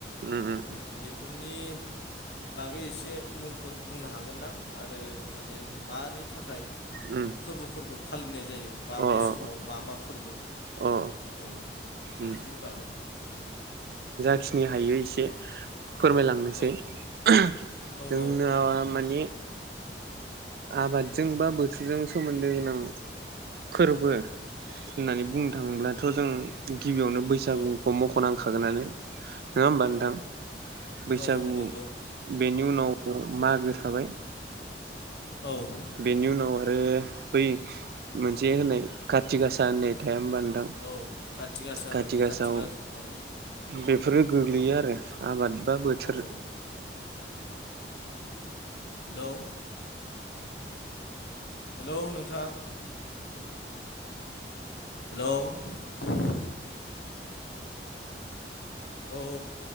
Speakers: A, on the right; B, on the left.
A: उम उम
B: औ बेफोरनि बागै एसे मुंफोर बुंनो हागोन ना। आरो माने मानि थाखाय
A: उम
B: फोरबोफोरखौ फालिनाय जायो माबे
A: अ अ
B: समाव मा मा फोरबो
A: अ
B: औ बेफोरनि
A: उम
B: बागै ओम
A: खिनि हायो एसे फोरमायलांनोसै
B: औ
A: जोंना
B: औ औ उम
A: माने आबादजों बा बोथोरजों सोमोन्दो गोनां फोरबो होननानै बुंनो थाङोब्लाथ' जों गिबियावनो बैसागुखौ
B: औ
A: मख'नांखागोनानो। नङा होमबा नोंथां
B: औ
A: बैसागु
B: औ औ नंगौ
A: बेनि उनाव मागो थाबाय
B: औ
A: बेनि उनाव आरो बै मोनसे होननाय खाथि गासा होननाय थाया होनबा नोंथां
B: औ खाथि गासा
A: काथि
B: ओं
A: गासाव
B: खाथि गासा माने
A: बेफोरो
B: उम
A: गोग्लैयो आरो। आबाद बा बोथोर
B: औ औ हेलौ हेलौ नोंथां हेल' औ